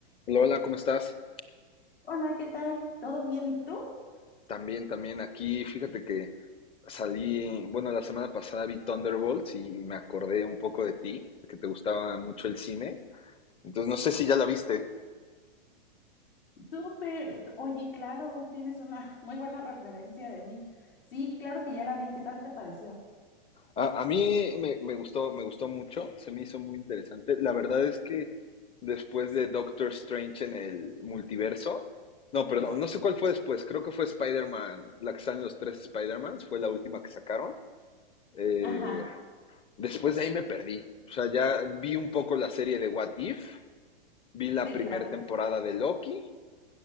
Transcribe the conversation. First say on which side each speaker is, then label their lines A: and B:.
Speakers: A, on the left; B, on the left.
A: Lola, ¿cómo estás?
B: Hola, ¿qué tal? ¿Todo bien? ¿Y tú?
A: También, también aquí, fíjate que salí, bueno, la semana pasada vi Thunderbolts y me acordé un poco de ti, de que te gustaba mucho el cine. Entonces, no sé si ya la viste.
B: Súper. Oye, claro, tienes una muy buena referencia de mí. Sí, claro que ya la vi. ¿Qué tal te pareció?
A: A, a mí me, me gustó, me gustó mucho, se me hizo muy interesante. La verdad es que después de Doctor Strange en el multiverso, no, perdón,
B: Sí.
A: no sé cuál fue después, creo que fue Spider-Man, la que salen los tres Spider-Mans, fue la última que sacaron. Eh,
B: Ajá,
A: Después de ahí me perdí. O sea, ya vi un poco la serie de What If, vi la
B: sí,
A: primera
B: claro.
A: temporada de Loki